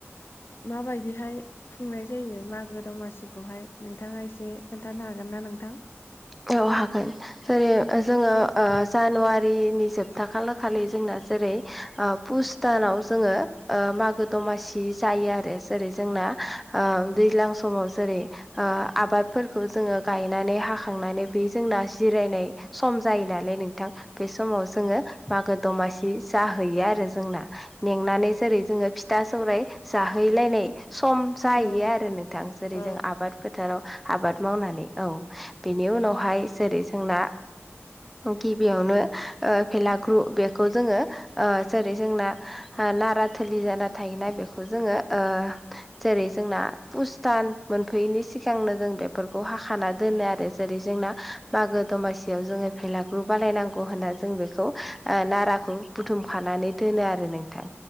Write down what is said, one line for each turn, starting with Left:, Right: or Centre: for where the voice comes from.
Left: माबायदिहाय खुंनाय जायो मागो दमासिखौहाय नोंथाङा एसे खोन्थानो हागोन ना नोंथां
Centre: औ हागोन जेरै जोङो ओ जानुवारिनि जोबथा खालार खालि जोंना जेरै ओ पुसदानाव जोङो ओ मागो दमासि जायो आरो जेरै जोंना ओ दैज्लां समाव जेरै ओ आबादफोरखौ जोङो गायनानै हाखांनानै बे जोंना जिरायनाय सम जायो नालाय नोंथां बे समाव जोङो मागो दमासि जाहैयो आरो जोंना मेंनानै जेरै जोङो फिथा सौराइ जाहैलायनाय सम जाहैयो
Left: औ
Centre: आरो नोंथां जेरै
Left: औ
Centre: जों आबाद फोथाराव आबाद मावनानै औ बेनि उनावहाय जेरै जोंना औ गिबियावनो ओ भेलाग्रु बेखौ जोङो ओ जेरै जोंना ओ नारा थोलि जाना थायोना बेखौ जोङो ओ जेरै जोंना पुस दान मोनफैयैनि सिगांनो जों बेफोरखौ हाखाना दोनो आरो जेरै जोंना मागो दमासियाव जोङो भेलाग्रु बानायनांगौ होनना जों बेखौ ओ नाराखौ बुथुमखानानै दोनो आरो नों थां